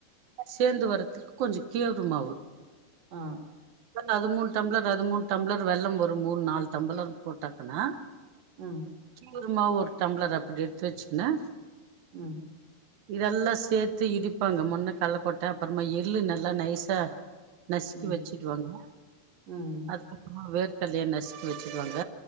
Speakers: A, on the right; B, on the right.
A: சேந்து வர்றத்துக்கு கொஞ்ச கேவுரு மாவு
B: ஆ
A: அது மூணு டம்ளர் அது மூணு டம்ளர் வெல்லம் ஒரு மூணு நாலு டம்பளர் போட்டாக்குனா
B: ம்
A: குருமா ஒரு டம்ளர் அப்படி எடுத்து வச்சுங்கங்க
B: ம்
A: இதெல்லாம் சேர்த்து இடிப்பாங்க முன்ன கள்ளக்கொட்ட அப்புறமா எள்ளு நல்லா நைசா நசுக்கி
B: ம்
A: வச்சுடுவாங்க
B: ம்
A: அதுக்கப்புறமா வேர்க்கடலைய நசுக்கி வச்சுடுவாங்க